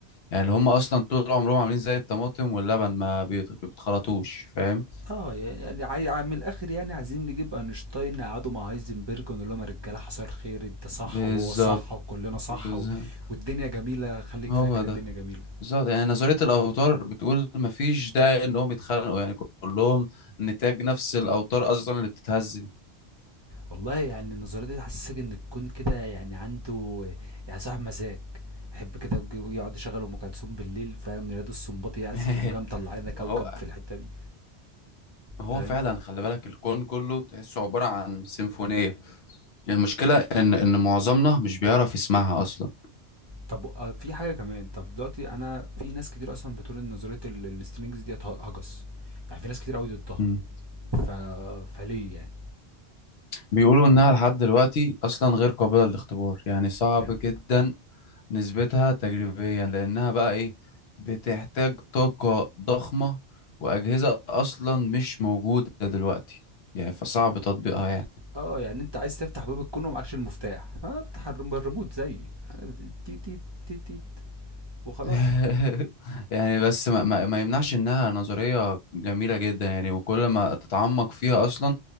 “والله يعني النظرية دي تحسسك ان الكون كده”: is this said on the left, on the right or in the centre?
Right